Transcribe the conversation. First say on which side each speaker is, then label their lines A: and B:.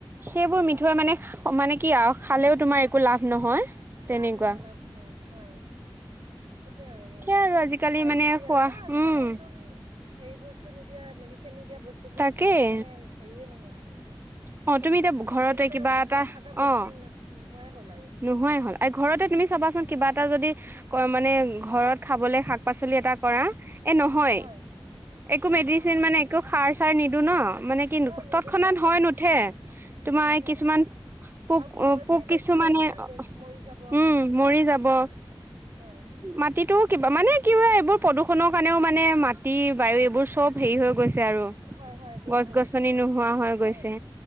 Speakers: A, on the right (about 25°); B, on the right (about 80°).
A: সেইবোৰ
B: সেইটোৱে
A: মিঠৈ মানে মানে কি আৰু খালেও তোমাৰ একো লাভ নহয় তেনেকুৱা
B: লাভ নহয়, লাভ নহয়, হয়। সেইটো আৰু
A: এতিয়া আৰু আজিকালি
B: মানে চাই চিতি
A: খোৱা
B: আৰু ন আজিকালিচোন
A: উম
B: হেৰি বস্তু নিদিয়া মেডিচিন নিদিয়া বস্তুবোৰ
A: তাকেই
B: খাব মানে হেৰিয়ে নোহোৱা হল।
A: অ তুমি এতিয়া
B: মানে
A: ঘৰতে
B: তেনেকুৱা
A: কিবা এটা
B: নাথকা বস্তু
A: অ
B: নোহোৱাই হ'ল আৰু।
A: নোহোৱাই হল আৰু ঘৰতে তুমি চাবাচোন কিবা এটা যদি ক মানে ঘৰত খাবলৈ শাক পাচলি এটা কৰা এ নহয়
B: হয়,
A: একো
B: অ',
A: মেডিচিন
B: অ'।
A: মানে একো খাৰ চাৰ নিদো ন। মানে কি
B: অ', নিদো
A: তৎক্ষণাত
B: যে
A: হয় নুঠে। তোমাৰ
B: নুঠে,
A: কিছুমান
B: নুঠে।
A: পোক
B: আৰু গোবৰ
A: পোক
B: তুমি
A: কি
B: বেছিকে
A: উম'
B: দিবা মৰি যাব
A: মৰি যাব।
B: সেইটোৱে হয়।
A: মাটিটো কিবা মানে কি হয় এইবোৰ প্ৰদূষণৰ কাৰণেও মানে মাটি বায়ু এইবোৰ চব হেৰি হৈ গৈছে আৰু
B: হয় হয় বেয়া
A: গছ-গছনি
B: হৈ গৈছে
A: নোহোৱা হৈ
B: হয়
A: গৈছে।